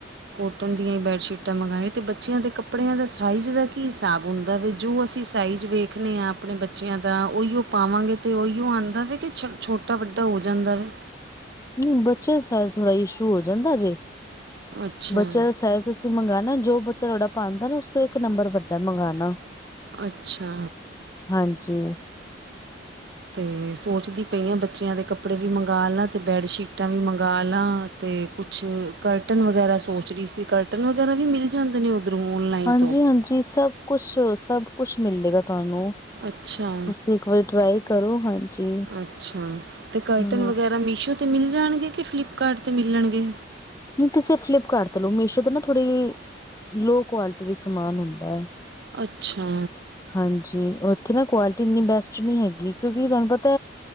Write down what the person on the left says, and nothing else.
ਨੀਂ ਬੱਚੇਆਂ ਦਾ ਸਾਈਜ਼ ਥੋੜਾ ਇਸ਼ੂ ਹੋ ਜਾਂਦਾ ਜੇ,
ਬੱਚੇਆਂ ਦਾ ਸਈਜ਼ ਤੂਸੀ ਮੰਗਾਨੈ, ਜੋ ਬੱਚਾ ਤੂਆਡਾ ਪਾਂਦੈ ਨਾ, ਉਸ ਤੋ ਏਕ ਨੰਬਰ ਵੱਡਾ ਮੰਗਾਨਾ।
ਹਾਂਜੀ।
ਹਾਂਜੀ-ਹਾਂਜੀ
ਸਭ ਕੁਛ-ਸਭ ਕੁਛ ਮਿਲੇਗਾ ਤਾਨੂੰ
ਤੁਸੀਂ ਇੱਕ ਵਾਰੀ ਟਰਾਈ ਕਰੋ ਹਾਂਜੀ।
ਹਾਂ
ਨੀ ਤੁਸੀਂ ਫਲਿੱਪਕਾਰਟ ਤੋਂ ਲੋ ਮੀਸ਼ੋ ਤੋਂ ਨਾ ਥੋੜ੍ਹੀ ਲੋ ਕੁਆਲਿਟੀ ਦਾ ਸਮਾਨ ਹੁੰਦਾ।
ਹਾਂਜੀ ਉੱਥੇ ਨਾ ਕੁਆਲਿਟੀ ਇੰਨੀ ਬੈਸਟ ਨੀ ਹੈਗੀ ਕਿਉਂਕਿ ਤਾਨੂੰ ਪਤਾ